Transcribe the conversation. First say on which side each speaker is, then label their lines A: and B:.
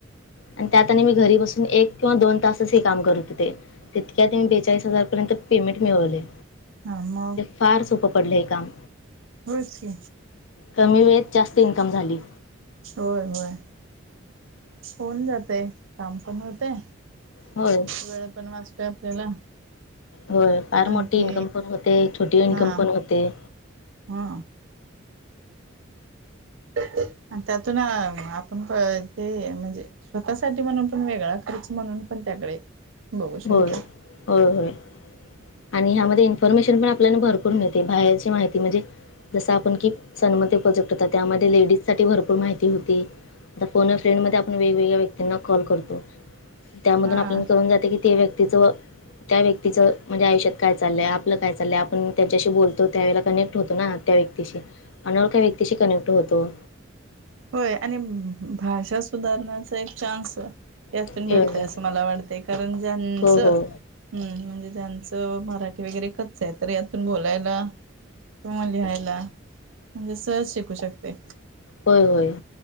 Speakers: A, on the left; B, on the right.
A: आणि त्यात आणि मी घरी बसून एक किंवा दोन तासच हे काम करत होते तितक्या मी बेचाळीस हजार पर्यंत पेमेंट मिळवलय.
B: हा म
A: फार सोपं पडलं हे काम
B: होयच की,
A: कमी वेळेत जास्त इन्कम झाली.
B: होय होय होऊन जातय काम पण होतय.
A: होय.
B: वेळ पण वाचतोय आपल्याला
A: होय फार
B: आणखी
A: मोठीे इन्कम पण होते छोटी इन्कम
B: हा
A: पण होते.
B: हा आणि त्यातून अ आपण प ते म्हणजे स्वतःसाठी म्हणून पण वेगळा खर्च म्हणून पण त्याकडे बघू
A: होय
B: शकतो
A: होय होय. आणि ह्यामध्ये इन्फॉर्मेशन पण आपल्याला भरपूर मिळते बाहेरची माहिती म्हणजे जस आपण की सन्मती प्रोजेक्ट होता त्यामध्ये लेडीज साठी भरपूर माहिती होती आता फोन अ फ्रेंड मध्ये आपण वेगवेगळ्या व्यक्तींना कॉल करतो त्यामधून
B: हा
A: आपल्या कळून जाते की ते व्यक्तीचं त्या व्यक्तीचं म्हणजे आयुष्यात काय चाललंय आपलं काय चाललंय आपण त्याच्याशी बोलतो त्यावेळेला कनेक्ट होतो ना त्या व्यक्तीशी आपण त्या व्यक्तीशी कनेक्ट होतो
B: होय आणि भाषा सुधारण्याचा एक चान्स यातून
A: मिळून
B: भेटतय
A: जातो
B: असं मला वाटतय कारण ज्यांच
A: हो
B: हम्म
A: हो
B: म्हणजे ज्यांचं मराठी वगैरे कच्च आहे तर यातून बोलायला किंवा लिहायला म्हणजे सहज शिकू शकतय
A: होय होय